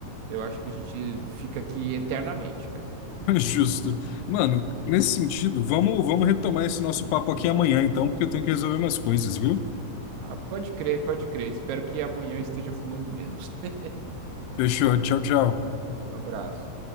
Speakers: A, on the right; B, on the left.
A: eu acho que a gente fica aqui eternamente, cara.
B: <laughs> Justo. Mano, nesse sentido, vamos, vamos retomar esse nosso papo aqui amanhã, então, porque eu tenho que resolver umas coisas, viu?
A: Ah, pode crer, pode crer. Espero que amanhã eu esteja fumando menos. <laughs>
B: Fechou. Tchau, tchau.
A: Um abraço.